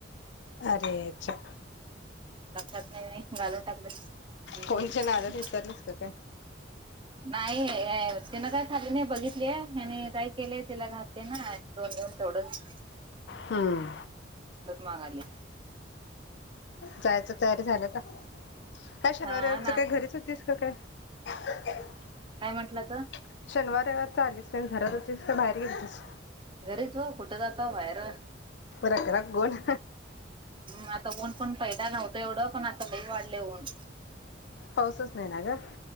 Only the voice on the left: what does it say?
अरेच्या
फोनच्या
नादात विसरलीस का काय
हम्म
जायचं तयारी झालं का? काय शनिवार
रविवारची
काय घरीच होतीस. <unintelligible>
शनिवार, रविवार चाललीस. की घरात होतेस का बाहेर गेलतीस?
रक रक ऊन
पाऊसच नाहीे ना ग